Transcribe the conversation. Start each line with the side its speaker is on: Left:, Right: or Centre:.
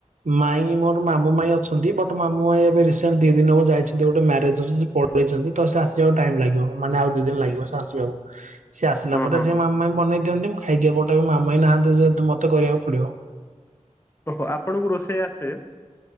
Right: ମାଇଁ ମୋର ମାମୁ ମାଇଁ ଅଛନ୍ତି ବଟ୍ ମାମୁ ମାଇ ଏବେ ରିସେଣ୍ଟ ଦି ଦିନ ହବ ଯାଇଛନ୍ତି ଗୋଟେ ମ୍ୟାରେଜ୍ କୁ ଯଦି ସେ ପଳେଇଛନ୍ତି ତ ସେ ଆସିବାକୁ ଟାଇମ୍ ଲାଗିବ ମାନେ ଆଉ ଦି ଦିନ ଲାଗିବ ସେ ଆସିବାକୁ ସିଏ ଆସିଲା
Left: ଓହୋ
Right: ପରେ
Left: ହଁ
Right: ସେ
Left: ହଁ
Right: ମାମୁଁ ବି ବନେଇ ଦିଅନ୍ତି ମୁଁ ଖାଇଦିଏ ପଟେ ବି ମାମୁଁ ମାଇଁ ନହାନ୍ତି ଯେହେତୁ ମତେ କରିବାକୁ ପଡ଼ିବ।
Left: ଓହୋ ଆପଣଙ୍କୁ ରୋଷେଇ ଆସେ।